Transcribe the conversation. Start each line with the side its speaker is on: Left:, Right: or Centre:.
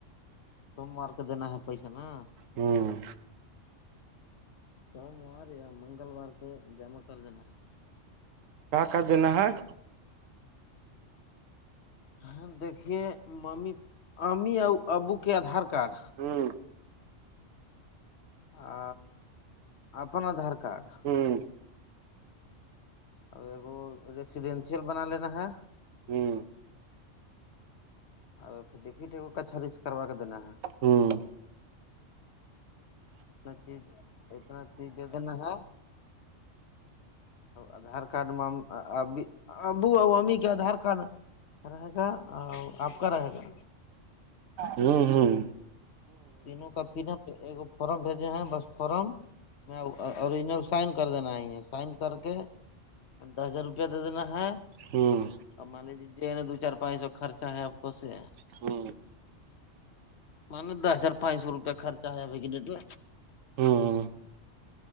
Left: سوم وارک دینا ہے پیسہ نا <unintelligible>
Right: ہ
Left: سوموار یا منگلوار کو جمع کر دینا ہے
Right: کہ کا دین ہ <unintelligible>
Left: ہاں دیکے م می اور ابو کے آدھار کارڈ
Right: ہ
Left: آ اپن آدھار کارڈ <unintelligible>
Right: ھمم
Left: ا ایکگو ریسیڈینشیل بنا لینا ہے
Right: ھمم
Left: ابھر ڈٹ کچھاس کروا کے دینا ہے
Right: ھمم
Left: اتنا چیز اتنا چیز دے دینا ہے آدھار کارڈ م اب ابو اور امی کے آدھار کارڈ رہے گا اور آپ کا رہے گا
Right: ھمم ھممم
Left: تینوں کا پن فارم بھیجے ہیں بس فارم میں اوریجنل سائن کر دینا ہے ہے سائن کر کے دس ہزار روپیہ دے دینا ہے <unintelligible>
Right: ہاں
Left: اب مان لیجے ج نا دو چار پانچ سو خرچہ ہے آپ کو سے
Right: ہاں
Left: م نے دس ہزار پانچ سو روپیہ خرچا آ ب ڈی
Right: ہ